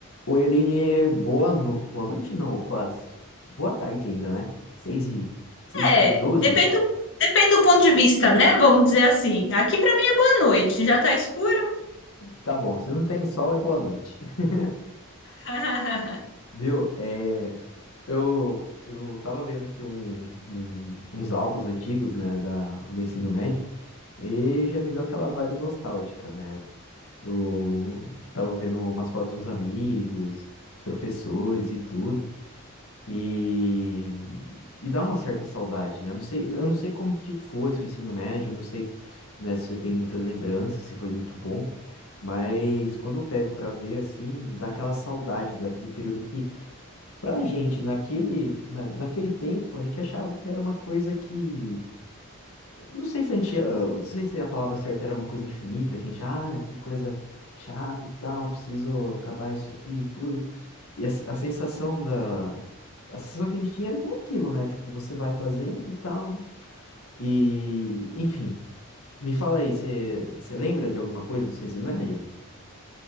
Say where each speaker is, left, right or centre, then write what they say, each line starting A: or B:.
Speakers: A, on the left; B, on the left.
A: Oi, Aline, boa, no... boa noite não, quase. Boa tarde ainda, né? Seis, e... 6
B: É,
A: e doze.
B: depende do, depende do ponto de vista, né? Vamos dizer assim. Aqui pra mim é boa noite, já tá escuro.
A: Tá bom, se não tem sol é boa noite. <laughs>
B: <laughs>
A: Viu? É... Eu... eu tava vendo aqui um... um- uns álbuns antigos, né, da... do ensino médio e já me deu aquela vibe nostálgica, né? Eu tava vendo umas fotos de uns amigos, os professores e tudo. E, e dá uma certa saudade, né? Não sei, eu não sei como que foi seu ensino médio, eu não sei, né, se você tem muitas lembranças, se foi muito bom, mas quando eu pego pra ver assim, dá aquela saudade daquele período que pra gente naquele, na, naquele tempo a gente achava que era uma coisa que não sei se a gente, ah, não sei se a palavra certa era uma coisa infinita, que a gente, ah, que coisa chata e tal, preciso acabar isso aqui e tudo. E a, a sensação da. A sensação que a gente tinha era que é aquilo, né? Tipo, você vai fazendo e tal. E. Enfim. Me fala aí, você você lembra de alguma coisa do seu ensino médio?